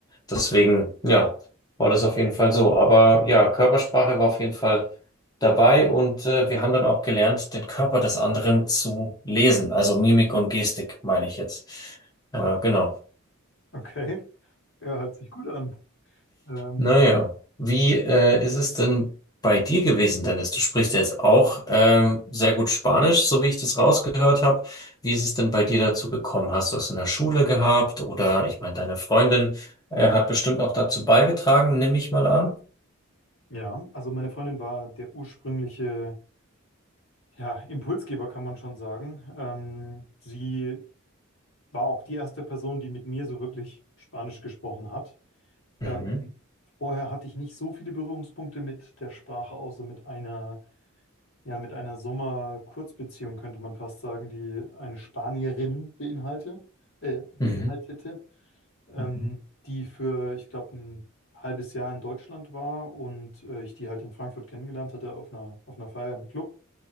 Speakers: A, on the left (about 15°); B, on the left (about 65°).
A: Deswegen, ja, war das auf jeden Fall so. Aber ja, Körpersprache war auf jeden Fall dabei und äh, wir haben dann auch gelernt, den Körper des anderen zu lesen, also Mimik und Gestik, meine ich jetzt. Äh, genau.
B: Okay, ja, hört sich gut an. Ähm,
A: Naja, wie äh, ist es denn bei dir gewesen, Dennis? Du sprichst ja jetzt auch ähm, sehr gut Spanisch, so wie ich das rausgehört habe. Wie ist es denn bei dir dazu gekommen? Hast du es in der Schule gehabt? Oder ich meine, deine Freundin äh, hat bestimmt auch dazu beigetragen, nehme ich mal an.
B: ja, also meine Freundin war der ursprüngliche, ja, Impulsgeber, kann man schon sagen. Ähm, sie war auch die erste Person, die mit mir so wirklich Spanisch gesprochen hat.
A: Mhm.
B: Ähm, vorher hatte ich nicht so viele Berührungspunkte mit der Sprache, außer mit einer. Ja, mit einer Sommer-Kurzbeziehung könnte man fast sagen, die eine Spanierin beinhalte, äh, beinhaltete,
A: Mhm.
B: ähm,
A: Mhm.
B: die für, ich glaube, ein halbes Jahr in Deutschland war und äh, ich die halt in Frankfurt kennengelernt hatte auf einer, auf einer Feier im Club.